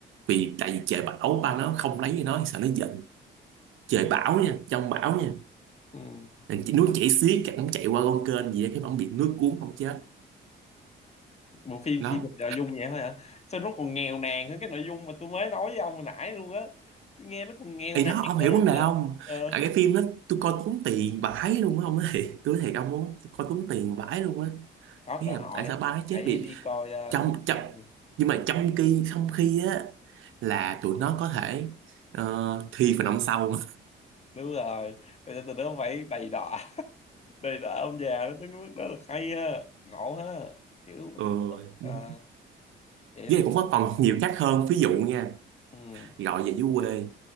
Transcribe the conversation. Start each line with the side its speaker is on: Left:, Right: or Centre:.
Right: vì tại vì trời bão ba nó không lấy cho nó sợ nó giận trời bão nha trong bão nha
Left: ừ.
Right: Thì nó chạy xiết nó chạy qua con kênh gì á cái ông bị nước cuốn không chết
Left: bộ phim
Right: Nó
Left: chỉ được nội dung vậy thôi hả sao nó còn nghèo nàn hơn cái nội dung mà tôi mới nói với ông hồi nãy luôn á tôi nghe nó còn nghèo
Right: thì
Left: nàn
Right: đó ông hiểu
Left: nữa luôn
Right: vấn đề
Left: á
Right: không
Left: ờ,
Right: à, cái phim đó tôi coi tốn tiền vãi luôn á ông nói <laughs> tôi nói thiệt ông muốn coi tốn tiền vãi luôn á
Left: có
Right: nghĩa
Left: cơ hội
Right: là tại sao ba nó
Left: hãy
Right: chết vì
Left: đi coi ờ,
Right: trong
Left: Thám Kiên
Right: trong
Left: đi.
Right: nhưng mà trong khi trong khi á là tụi nó có thể ờ, thi phần năm sau
Left: đúng rồi bây giờ từ đó phải đầy đọa <laughs> đầy đọa ông già đó tới cái mức đó là hay ha ngộ ha kiểu
Right: <laughs>
Left: mình trục tức. Ờ,
Right: ừ.
Left: vậy
Right: với lại cũng có còn nhiều cách hơn ví dụ nha
Left: ừ.
Right: gọi về dưới quê